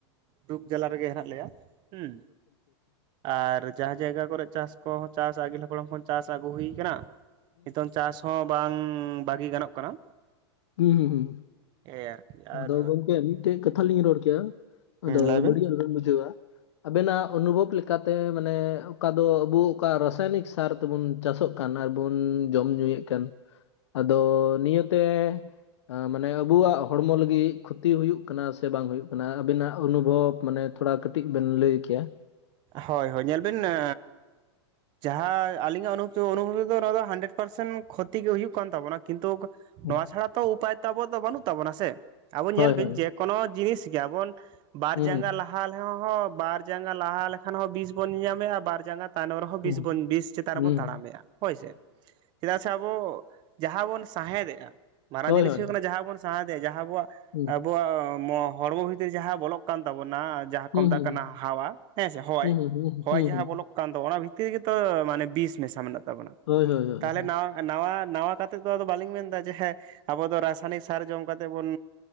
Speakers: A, on the right; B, on the left.
A: ᱫᱩᱠᱷ ᱡᱟᱞᱟ ᱨᱮᱜᱮ ᱦᱮᱱᱟᱜ ᱞᱮᱭᱟ ᱦᱩᱸ ᱟᱨ ᱡᱟᱦᱟᱸ ᱡᱟᱭᱜᱟ ᱠᱚᱨᱮ ᱪᱟᱥ ᱠᱚᱦᱚᱸ ᱪᱟᱥ ᱟᱹᱜᱤᱞ ᱦᱟᱯᱲᱟᱢ ᱠᱷᱚᱱ ᱪᱟᱥ ᱟᱹᱜᱩ ᱦᱩᱭ ᱟᱠᱟᱱᱟ ᱱᱤᱛᱚᱝ ᱪᱟᱥ ᱦᱚᱸ ᱵᱟᱝ ᱵᱟᱹᱜᱤ ᱜᱟᱱᱚᱜ ᱠᱟᱱᱟ᱾
B: ᱤ ᱦᱤ ᱦᱤ ᱦᱤ
A: ᱮᱭ ᱟᱨᱠᱤ ᱟᱨ
B: ᱫᱚ ᱜᱚᱝᱠᱮ ᱢᱤᱫᱴᱮᱡ ᱠᱟᱛᱷᱟ ᱞᱤᱧ ᱨᱚᱲ ᱠᱮᱭᱟ᱾ ᱟᱫᱚ
A: ᱞᱟᱹᱭ ᱵᱮᱱ
B: ᱵᱟᱹᱲᱤᱡ ᱟᱞᱚᱵᱤᱱ ᱵᱩᱡᱷᱟᱹᱣᱟ᱾ ᱟᱵᱮᱱᱟᱜ ᱚᱱᱩᱵᱷᱚᱵ ᱞᱮᱠᱟᱛᱮ ᱢᱟᱱᱮ ᱚᱠᱟ ᱫᱚ ᱟᱵᱚ ᱚᱠᱟ ᱨᱟᱥᱟᱭᱱᱤᱠ ᱥᱟᱨ ᱛᱮᱵᱚᱱ ᱪᱟᱥᱚᱜ ᱠᱟᱱ ᱟᱨ ᱵᱚᱱ ᱡᱚᱢ ᱧᱩᱭᱮᱫ ᱠᱟᱱ ᱟᱫᱚ ᱱᱤᱭᱟᱹᱛᱮ ᱟᱸ ᱢᱟᱱᱮ ᱟᱵᱚᱣᱟᱜ ᱦᱚᱲᱢᱚ ᱞᱟᱹᱜᱤᱫ ᱠᱷᱚᱛᱤ ᱦᱩᱭᱩᱜ ᱠᱟᱱᱟ ᱥᱮ ᱵᱟᱝ ᱦᱩᱭᱩᱜ ᱠᱟᱱᱟ ᱟᱵᱤᱱᱟᱜ ᱚᱱᱩᱵᱷᱚᱵᱽ ᱢᱟᱱᱮ ᱛᱷᱚᱲᱟ ᱠᱟᱹᱴᱤᱡ ᱵᱮᱱ ᱞᱟᱹᱭ ᱠᱮᱭᱟ᱾
A: ᱦᱳᱭ ᱦᱳᱭ ᱧᱮᱞᱵᱤᱱ ᱮᱻ ᱡᱟᱦᱟᱸ ᱟᱞᱤᱧᱟᱜ ᱚᱱᱩᱵᱷᱩᱵ ᱛᱮ ᱚᱱᱩᱵᱷᱚᱵ ᱛᱮ ᱫᱚ ᱦᱟᱱᱰᱮᱰ ᱯᱟᱨᱥᱮᱱ ᱠᱷᱚᱛᱤ ᱜᱮ ᱦᱩᱭᱩᱜ ᱠᱟᱱ ᱛᱟᱵᱚᱱᱟ᱾ ᱠᱤᱱᱛᱩ
B: ᱦᱩᱸ,
A: ᱱᱚᱣᱟ ᱪᱷᱟᱲᱟ ᱛᱚ ᱩᱯᱟᱭ ᱛᱚ ᱟᱵᱚᱣᱟᱜ ᱫᱚ ᱵᱟᱹᱱᱩᱜ ᱛᱟᱵᱚᱱᱟ ᱥᱮ ᱟᱵᱚ
B: ᱦᱳᱭ
A: ᱧᱮᱞ ᱵᱤᱱ
B: ᱦᱳᱭ
A: ᱡᱮ ᱠᱚᱱᱚ ᱡᱤᱱᱤᱥ ᱜᱮ ᱟᱵᱚᱱ ᱵᱟᱨ
B: ᱦᱩᱸ
A: ᱡᱟᱸᱜᱟ
B: ᱦᱩᱸ
A: ᱞᱟᱦᱟ ᱞᱮᱦᱚᱸ ᱦᱚᱸ ᱵᱟᱨ ᱡᱟᱸᱜᱟ ᱞᱟᱦᱟ ᱠᱷᱟᱱ ᱦᱚᱸ ᱵᱤᱥ ᱵᱚᱱ ᱧᱮᱧᱟᱢᱮᱫᱼᱟ ᱵᱟᱨ ᱡᱟᱸᱜᱟ ᱛᱟᱭᱱᱚᱢ ᱨᱮᱦᱚᱸ ᱵᱤᱥ
B: ᱦᱩᱸ
A: ᱵᱚᱱ ᱵᱤᱥ ᱪᱮᱛᱟᱱ
B: ᱦᱩᱸ
A: ᱨᱮᱵᱚᱱ ᱛᱟᱲᱟᱢᱮᱫ-ᱟ ᱦᱳᱭ ᱥᱮ ᱪᱮᱫᱟᱜ ᱥᱮ ᱟᱵᱚ ᱡᱟᱦᱟᱸ ᱵᱚᱱ ᱥᱟᱦᱮᱸᱫ ᱮᱫᱼᱟ ᱢᱟᱨᱟᱝ
B: ᱦᱳᱭ
A: ᱡᱤᱱᱤᱥ
B: ᱦᱳᱭ
A: ᱦᱩᱭᱩᱜ ᱠᱟᱱᱟ ᱡᱟᱦᱟᱸ ᱵᱚᱱ ᱥᱟᱦᱮᱸᱫ ᱮᱫᱼᱟ ᱡᱟᱦᱟᱸ ᱟᱵᱚᱣᱟᱜ
B: ᱦᱩᱸ
A: ᱟᱵᱚᱣᱟᱜ ᱢᱚ ᱦᱚᱲᱢᱚ ᱵᱷᱤᱛᱨᱤ ᱡᱟᱦᱟᱸ ᱵᱚᱞᱚᱜ ᱠᱟᱱ ᱛᱟᱵᱚᱱᱟ ᱡᱟᱦᱟᱸ
B: ᱦᱩᱸ
A: ᱠᱚ ᱢᱮᱛᱟᱜ
B: ᱦᱩᱸ ᱦᱩᱸ
A: ᱠᱟᱱᱟ ᱦᱟᱣᱟ ᱦᱮᱸᱥᱮ ᱦᱚᱭ,
B: ᱦᱩᱸ ᱦᱩᱸ ᱦᱩᱸ
A: ᱦᱚᱭ
B: ᱦᱩᱸ
A: ᱡᱟᱦᱟᱸ
B: ᱦᱩᱸ
A: ᱵᱚᱞᱚᱜ ᱠᱟᱱ ᱫᱚ ᱚᱱᱟ ᱵᱷᱤᱛᱤᱨ ᱨᱮᱜᱮᱛᱚ ᱢᱟᱱᱮ ᱵᱤᱥ ᱢᱮᱥᱟ ᱢᱮᱱᱟᱜ ᱛᱟᱵᱚᱱᱟ
B: ᱦᱳᱭ ᱦᱳᱭ ᱦᱳᱭ
A: ᱛᱟᱦᱚᱞᱮ
B: ᱦᱳᱭ ᱦᱳᱭ
A: ᱱᱟᱣᱟ ᱱᱟᱣᱟ ᱱᱟᱣᱟ ᱠᱟᱛᱮ ᱫᱚ ᱟᱫᱚ ᱵᱟᱹᱞᱤᱧ ᱢᱮᱱᱫᱟ ᱡᱮ ᱦᱮᱸ ᱟᱵᱚ ᱫᱚ ᱨᱟᱥᱟᱭᱚᱱᱤᱠ ᱥᱟᱨ ᱡᱚᱢ ᱠᱟᱛᱮᱫ ᱵᱚᱱ